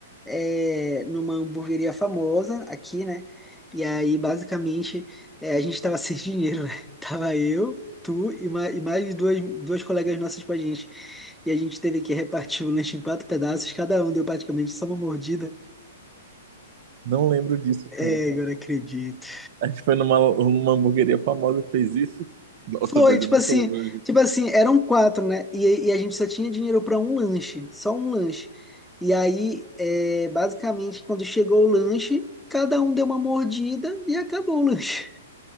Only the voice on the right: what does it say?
Não lembro disso,
cara.
A gente foi numa, numa hamburgueria famosa e fez isso. Nossa,
velho,
eu não
tô lembrando disso.